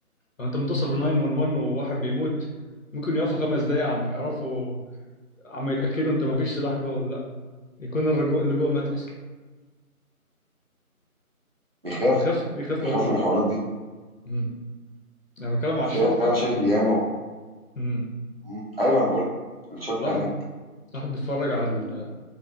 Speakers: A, on the left; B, on the right.
A: لو انت متصل ب 911 وواحد بيموت ممكن يقفوا خمس دقايق عم يعرفوا عم يتاكدوا انت ما فيش سلاح جوه ولا لا يكون الرجوع اللي جوه مات اصلا
B: بيخافوا
A: بيخاف بيخافوا
B: بيخافوا
A: قوي
B: من الحوارات دي
A: مم. انا بتكلم على
B: فيها
A: الشرطه
B: فيها مشاكل
A: يعني
B: ياما و...
A: مم.
B: مم. ايوه انا بقول لك الشرطه
A: الواحد
B: هناك
A: الواحد بيتفرج على ال-